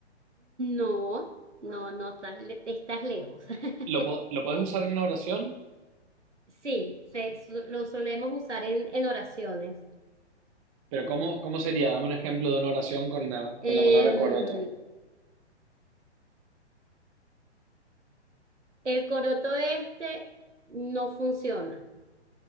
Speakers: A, on the right; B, on the right.
A: No, no, no, estás, le- estás lejos. <laughs>
B: ¿Lo, po- lo podés usar en una oración?
A: Sí, se- su- lo solemos usar en, en oraciones.
B: Pero ¿cómo, cómo sería? Dame un ejemplo de una oración con la,
A: Em,
B: con la palabra coroto.
A: el coroto este no funciona,